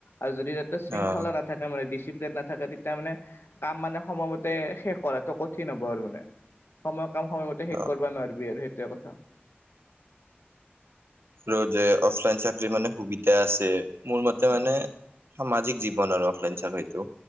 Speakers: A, on the left; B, on the right.
A: আৰু যদি তাতে শৃংখলা
B: অ'।
A: নাথাকে মানে ডিচি প্লেন নাথাকে তেতিয়া মানে কাম মানে সময়মতে শেষ কৰাটো কঠিন হ'ব আৰু মানে সময়ক কাম সময়মতে শেষ
B: অ',
A: কৰিব নোৱাৰিবি আৰু সেইটোৱে কথা।
B: ৰো যে অফলাইন চাকৰি মানে সুবিধা আছে, মোৰ মতে মানে
A: উম
B: সামাজিক জীৱ জীৱনৰ অফলাইন চাকৰিটো